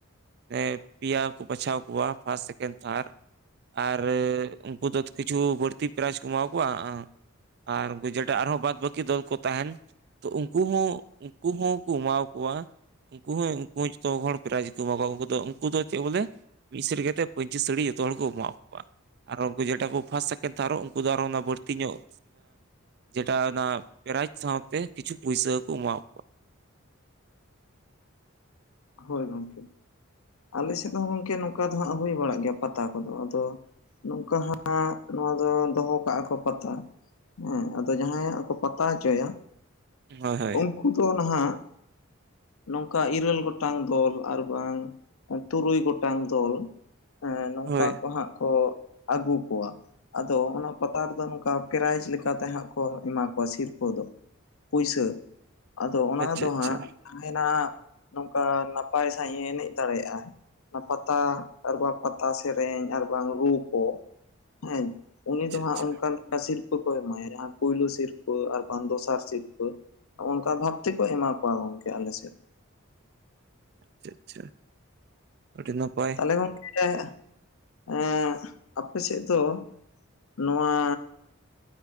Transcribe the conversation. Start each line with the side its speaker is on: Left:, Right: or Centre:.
Right: ᱯᱮ ᱯᱮᱭᱟ ᱠᱚ ᱵᱟᱪᱷᱟᱣ ᱠᱚᱣᱟ ᱯᱷᱟᱥᱴ ᱥᱮᱠᱮᱱᱰ ᱛᱷᱟᱨ, ᱟᱨ ᱩᱱᱠᱩ ᱫᱚ ᱠᱤᱪᱷᱩ ᱵᱟᱹᱲᱛᱤ ᱯᱨᱟᱭᱤᱡᱽ ᱠᱚ ᱮᱢᱟ ᱠᱳᱣᱟ ᱟᱨ ᱵᱟᱹᱡᱮᱴᱟ ᱟᱨᱦᱚᱸ ᱵᱟᱫᱽ ᱵᱟᱹᱠᱤ ᱫᱚᱞ ᱠᱚ ᱛᱟᱦᱮᱱ ᱛᱚ ᱩᱱᱠᱩ ᱦᱚᱸ ᱩᱱᱠᱩ ᱦᱚᱸᱠᱚ ᱮᱢᱟ ᱠᱳᱣᱟ᱾ ᱩᱱᱠᱩ ᱦᱚᱸ ᱩᱱᱠᱩ ᱦᱚᱸ ᱡᱚᱛᱚ ᱦᱚᱲ ᱯᱨᱟᱭᱤᱡ ᱠᱚ ᱮᱢᱟ ᱠᱚᱣᱟ, ᱩᱱᱠᱩ ᱫᱚ ᱩᱱᱠᱩ ᱫᱚ ᱪᱮᱫ ᱵᱚᱞᱮ? ᱢᱤᱫ ᱥᱮᱴ ᱥᱟᱹᱲᱛᱮ ᱯᱟᱹᱧᱪᱤ ᱥᱟᱹᱲᱤ ᱡᱚᱛᱚ ᱦᱚᱲ ᱠᱚ ᱮᱢᱟ ᱠᱳᱣᱟ᱾ ᱟᱨ ᱩᱱᱠᱩ ᱡᱮᱴᱟ ᱠᱚ ᱯᱷᱟᱥᱴ ᱥᱮᱠᱮᱱᱰ ᱛᱷᱟᱨᱚᱜ ᱩᱱᱠᱩ ᱫᱚ ᱟᱨᱚ ᱵᱟᱹᱲᱛᱤ ᱧᱚᱜ ᱡᱮᱴᱟ ᱚᱱᱟ ᱯᱮᱨᱟᱭᱤᱡᱽ ᱥᱟᱶᱛᱮ ᱠᱤᱪᱷᱩ ᱯᱩᱭᱥᱟᱹᱠᱩ ᱮᱢᱟᱣ᱾
Left: ᱦᱳᱭ ᱜᱚᱢᱠᱮ ᱟᱞᱮ ᱥᱮᱫ ᱦᱚᱸ ᱜᱚᱢᱠᱮ ᱱᱚᱝᱠᱟ ᱫᱚ ᱦᱟᱸᱜ ᱦᱳᱭ ᱵᱟᱲᱟᱜ ᱜᱮᱭᱟ ᱯᱟᱛᱟ ᱠᱚᱫᱚ ᱟᱫᱚ ᱱᱚᱝᱠᱟ ᱦᱟᱸᱜ ᱱᱚᱣᱟ ᱫᱚ ᱫᱚ ᱦᱚ ᱠᱟᱜ-ᱟ ᱠᱚ ᱯᱟᱛᱟ᱾ ᱦᱮᱸ ᱟᱫᱚ ᱡᱟᱦᱟᱸᱭ ᱦᱟᱸᱜ ᱠᱚ ᱯᱟᱛᱟ ᱦᱚᱪᱚᱭᱟ ᱾
Right: ᱦᱳᱭ ᱦᱳᱭ,
Left: ᱩᱱᱠᱩ ᱫᱚ ᱱᱟᱦᱟᱜ ᱱᱚᱝᱠᱟ ᱤᱨᱟᱹᱞ ᱜᱚ ᱴᱟᱝ ᱫᱚᱞ ᱟᱨ ᱵᱟᱝ ᱛᱩᱨᱩᱭ ᱜᱚᱴᱟᱝ ᱫᱚᱞ ᱦᱮᱸ, ᱱᱚᱝᱠᱟ
Right: ᱦᱳᱭ
Left: ᱠᱚ ᱦᱟᱸᱜ ᱠᱚ ᱟᱹᱜᱩ ᱠᱚᱣᱟ᱾ ᱟᱫᱚ ᱚᱱᱟ ᱯᱟᱛᱟ ᱨᱮ ᱫᱚ ᱱᱚᱝᱠᱟ ᱯᱨᱟᱭᱤᱡᱽ ᱞᱮᱠᱟ ᱛᱮ ᱦᱟᱸᱜ ᱠᱚ ᱮᱢᱟ ᱠᱚᱣᱟ ᱥᱤᱨᱯᱟᱹ ᱫᱚ᱾ ᱯᱩᱭᱥᱟᱹ ᱟᱫᱚ ᱚᱱᱟ
Right: ᱟᱪᱪᱷᱟ
Left: ᱫᱚ
Right: ᱟᱪᱪᱷᱟ
Left: ᱦᱟᱸᱜ ᱡᱟᱦᱟᱱᱟᱜ, ᱚᱝᱠᱟ ᱱᱟᱯᱟᱭ ᱥᱟᱺᱦᱤᱡ ᱮ ᱮᱱᱮᱡ ᱫᱟᱲᱮᱭᱟᱜ-ᱟ᱾ ᱚᱱᱟ ᱯᱟᱛᱟ ᱟᱨ ᱵᱟᱝ ᱯᱟᱛᱟ ᱥᱮᱨᱮᱧ ᱟᱨ ᱵᱟᱝ ᱨᱩ ᱠᱚ, ᱦᱮᱸ ᱩᱱᱤ
Right: ᱟᱪᱪᱷᱟ
Left: ᱫᱚ
Right: ᱟᱪᱪᱷᱟ
Left: ᱦᱟᱸᱜ ᱚᱱᱠᱟᱱ, ᱥᱤᱨᱯᱟᱹ ᱠᱚ ᱮᱢᱟᱭᱟ ᱡᱟᱦᱟᱸ ᱯᱩᱭᱞᱳ ᱥᱤᱨᱯᱟᱹ ᱟᱨ ᱵᱟᱝ ᱫᱚᱥᱟᱨ ᱥᱤᱨᱯᱟᱹ᱾ ᱚᱱᱠᱟ ᱵᱷᱟᱵᱽ ᱛᱮᱠᱚ ᱮᱢᱟ ᱠᱚᱣᱟ ᱜᱚᱢᱠᱮ ᱟᱞᱮ ᱥᱮᱫ ᱾
Right: ᱟᱪᱪᱷᱟ ᱟᱪᱪᱷᱟ, ᱟᱰᱤ ᱱᱟᱯᱟᱭ᱾
Left: ᱦᱮ, ᱜᱚᱢᱠᱮ ᱮᱸᱜ ᱟᱯᱮ ᱥᱮᱫ ᱫᱚ ᱱᱚᱣᱟ